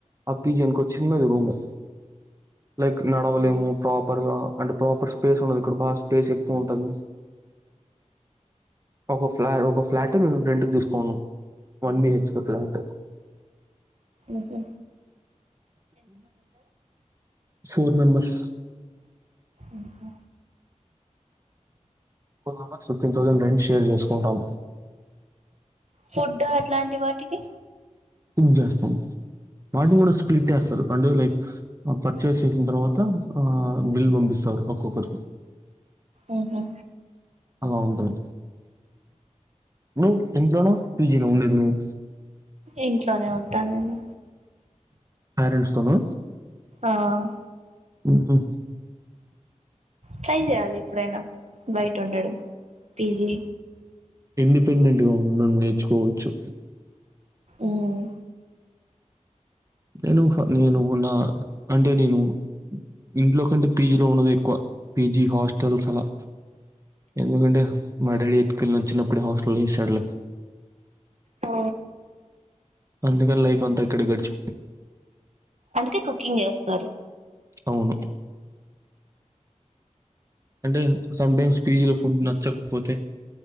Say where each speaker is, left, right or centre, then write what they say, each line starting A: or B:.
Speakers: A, on the right (about 25°); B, on the right (about 60°).
A: అ పిజీ అనుకో చిన్నది రూము లైక్ నడవలేము ప్రాపర్ గా అంటే ప్రాపర్ స్పేస్ ఉండదు ఇక్కడ బా స్పేస్ ఎక్కువ ఉంటది ఒక ఫ్లా ఒక ఫ్లాట్ మేము రెంట్ క తీసుకున్నాం వన్ బిహెచ్ కే ఫ్లాట్
B: ఉ హు
A: ఫోర్ మేంబర్స్
B: ఇంకా
A: four members fifteen thousand rent share చేసుకుంటాం
B: ఫుడ్ అట్లాంటి వాటికి
A: కుక్ చేస్తాం వాటిని కూడా స్ప్లిట్ ఏస్తారు అంటే లైక్ పర్చేస్ చేసిన తర్వాత ఆ బిల్ పంపిస్తారు ఒక్కొక్కరికి
B: ఉ హు
A: అ ఉంటది నువ్ ఇంట్లో న పి జీ న ఉండేది నువ్వు
B: ఇంట్లోనే ఉంటా నేను
A: పేరెంట్స్ తోనా
B: ఆ
A: ఉ హు
B: ట్రై చేయాలి ఎప్పుడైనా బయట ఉండడం పీజీ
A: ఇండిపెండెంట్ గా ఉండడం నేర్చుకోవచ్చు
B: ఉమ్
A: నేనుహ నేను నా అండే నేను ఇంట్లో కంటే పీ జీ లో ఉన్నదే ఎక్కువ పీ జీ హాస్టల్స్ అలా ఎందుకంటే మ డాడి ఎత్తుకెళ్లి నను చిన్నప్పుడు హాస్టలో వేశాడు
B: ఆ
A: అందుకని లైఫ్ అంతా ఇక్కడే గడిచ్
B: అందుకే కుకింగ్ జేస్తారు
A: అవును అంటే సమ్టైమ్స్ పీజీలో ఫుడ్ నచ్చకపోతే